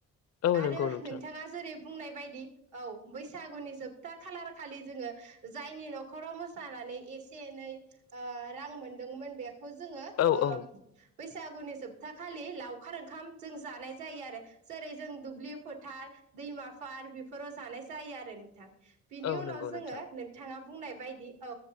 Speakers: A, on the left (about 55°); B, on the right (about 75°).
A: औ
B: आरो
A: नंगौ नोंथां
B: नोंथाङा जेरै बुंनाय बायदि औ बैसागुनि जोबथा खालार खालि जोङो जायनि नखराव मोसा नानै एसे एनै ओ रां मोनदोंमोन बेखौ जोङो
A: औ
B: ओ
A: औ
B: बैसागुनि जोबथा खालि लावखार ओंखाम जों जानाय जायो आरो जेरै जों दुब्लि फोथार दैमाफोर बेफोराव जानाय जायो आरो नोंथां बिनि
A: औ
B: उनाव
A: नंगौ
B: जोङो
A: नोंथां
B: नोंथाङा बुंनाय बायदि औ